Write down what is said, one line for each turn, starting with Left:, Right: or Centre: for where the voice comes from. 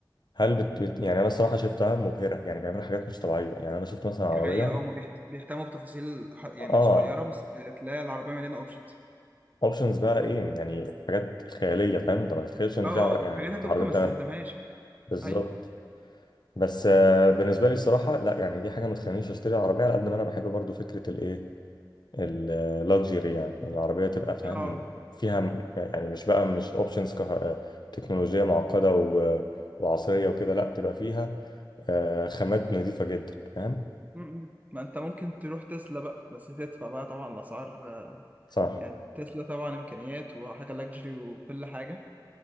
Left: هل بت... بت- يعني انا الصراحه شفتها مبهره يعني بيعملوا حاجات مش طبيعيه يعني انا شفت مثلا عربيه
Right: دي حقيقة اه هما بيهت- بيهتموا بتفاصيل ح- يعني
Left: اه
Right: صغيرة بس تلاقي العربية مليانة أوبشنز
Left: اوبشنز بقى ايه يعني حاجات خياليه فاهم انت ما تتخيلش ان
Right: اه
Left: في عر...
Right: اه
Left: يعني
Right: حاجات أنت
Left: عربيه
Right: ممكن
Left: بتعملها
Right: ما تستخدمهاش
Left: بالظبط
Right: أي
Left: بس آه، بالنسبه لي الصراحه لا يعني دي حاجه ما تخلينيش اشتري عربيه على قد ما انا بحب برضو فكره الايه اللوكجري يعني يعني العربيه تبقى فاهم
Right: اه
Left: فيها م- يعني مش بقى مش اوبشنز كه... آه، تكنولوجيه معقده و... وعصريه وكده لا تبقى فيها آه، خامات نظيفه جدا فاهم
Right: م- م. ما أنت ممكن تروح تسلا بقى بس تدفع بقى طبعا الأسعار آه،
Left: صح
Right: يعني تسلا طبعا إمكانيات وحاجة لاكجري وكل حاجة